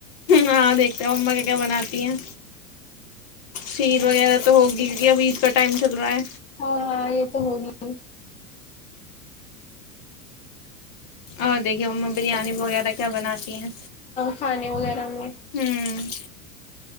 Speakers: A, on the left (about 45°); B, on the left (about 15°).
A: ہاں دیکھتا ہ اما کیا کیا بناتی ہیں شید وغیرہ تو ہوگی کیونکہ اب عید کا ٹائم چل رہا ہے
B: ہاں ہاں یہ تو ہو گ
A: اور دیکھیے ما بریانی وغیرہ کیا بناتی ہیں
B: کھے وغیرہ نو
A: ہوں